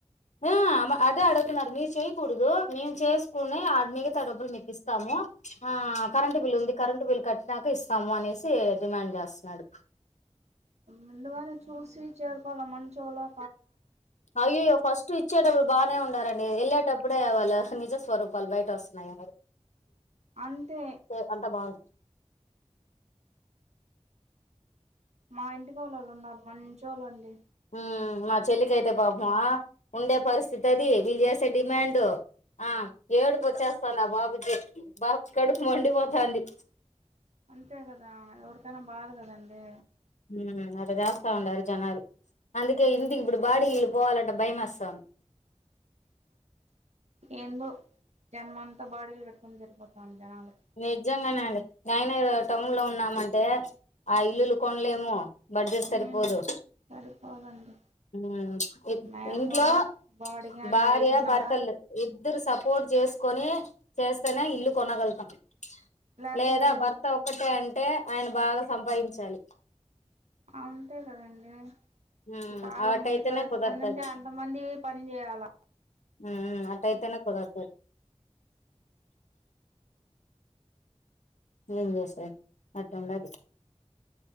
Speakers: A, on the left (about 85°); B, on the right (about 70°).
A: ఆ అదే అడుగుతున్నారు మీరు చేయ్యకూడదు మేము చేసుకునే మిగతా ఆ డబ్బులు మీకు ఇస్తాము ఆ కరెంటు బిల్ ఉంది కరెంటు బిల్ కట్టినాక ఇస్తాము అనేసి డిమాండ్ జేస్తున్నాడు
B: ముందుగానే చూసి చేరుకోవాల మంచోలా
A: అయ్యోయ్యో ఫస్ట్ ఇచ్చే డబ్బులు బాగానే ఉండారండి వెళ్ళే టప్పు ఇప్పుడే వాళ్ళ నిజ స్వరూపాలు బయట వస్తున్నాయి
B: అంతే
A: ఏ అంతా బాగుంది
B: మా ఇంటి ఫాక్కళ్లోరు ఉన్నారు మంచి ఒళ్ళు అండి
A: ఉమ్ మా చెల్లికయితే పాపమా ఉండే పరిస్థితి అది వీళ్ళ చేస్త పిచ్చడిమాండ్ ఆ ఏడుపు వచ్చేస్తానది బాబుకి బాబు కడుపు మండిపోతాంది
B: అంతే కదా ఎవరికైనా బాధ కదండి
A: ఉమ్ అట్లా జేస్తా ఉండారు జనాలు అందుకే ఇంటికి ఇప్పుడు బాడీ ఇల్లు పోవాలంటే భయం వస్తాంది
B: ఏందో జనమంతా బాడీలు కట్టుకుని జరిపోతాంది జనాలకి
A: నిజంగానేండి నేయనే టౌన్ లో ఉన్నామంటే ఆ ఇల్లులు కొనలేము బడ్జెట్ సరిపోదు
B: ఉమ్ సరిపోదండి
A: ఇం ఇ
B: మేము
A: ఇంట్లో
B: కూడా బాడీకే అండి
A: భార్య
B: ఐదున్నర
A: భర్తలు ఇద్దరు సపోర్ట్ చేసుకొని చేస్తేనే ఇల్లు కొనగలుగుతాం
B: లేతే
A: లేదా
B: లేదు
A: భర్త ఒకటే అంటే ఆయన బాగా సంపాదించాలి
B: అంతే కదండి
A: హ్మ్
B: ఈ కాలం
A: అటైతేనే
B: ఇంట్లో ఎంత
A: కుదరతది
B: మంది ఉంటే అంతమంది పని చేయాల
A: ఉమ్ అట్టాయితేనే కుదర్తది ఏం చేస్తారు అట్లుండాది